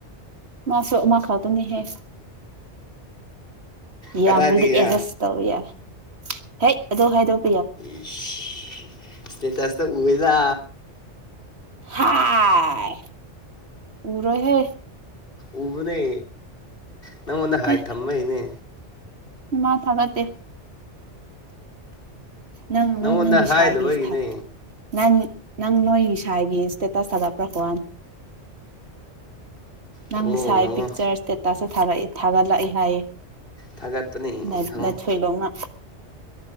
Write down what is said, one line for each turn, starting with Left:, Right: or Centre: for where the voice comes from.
Right: ꯃꯥꯁꯨ ꯑꯃ ꯈꯛꯇꯃꯤꯍꯦ
Left: ꯀꯗꯥꯏꯗꯒꯤꯔ
Right: ꯌꯥ ꯑꯔꯗꯤ ꯑꯦꯖꯁ ꯇꯧ ꯌꯥ ꯍꯦꯛ ꯑꯗꯣ ꯍꯥꯏꯗꯣꯛ
Left: ꯏꯁꯁ ꯁꯇꯦꯇꯁ ꯇ ꯎꯏꯌꯦ ꯗ
Right: ꯍꯥꯏ ꯎꯔꯣ ꯍꯦ
Left: ꯎꯕꯅꯦ ꯅꯪꯉꯣꯟꯗ ꯍꯥꯏꯠ
Right: ꯍꯦ
Left: ꯊꯝꯕꯩꯅꯦ
Right: ꯃꯥ ꯊꯥꯒꯠꯇꯦ ꯅꯪ
Left: ꯅꯪꯉꯣꯟꯗ
Right: ꯅꯪ ꯅꯪꯒꯤ
Left: ꯍꯥꯏꯗꯕꯒꯤꯅꯦ
Right: ꯁꯥꯏꯒꯤ <unintelligible> ꯅꯪ ꯅꯪ ꯅꯣꯏꯒꯤ ꯁꯥꯏꯒꯤ ꯏꯁꯇꯦꯇꯁ ꯊꯥꯒꯠꯄ꯭ꯔꯥ ꯍꯋꯥꯅꯤ ꯅꯪ
Left: ꯍꯪꯉꯣ
Right: ꯁꯥꯏ
Left: ꯍꯪꯉꯣ
Right: ꯄꯤꯛꯆꯔ ꯁꯇꯇꯨꯁ ꯊꯥꯔꯛꯑꯦ ꯊꯥꯒꯠꯂꯛꯏ ꯍꯥꯏꯌꯦ
Left: ꯊꯥꯒꯠꯄꯅꯦ
Right: ꯅ
Left: ꯍꯪꯉꯣ
Right: ꯅꯊꯣꯏꯂꯣꯏꯅ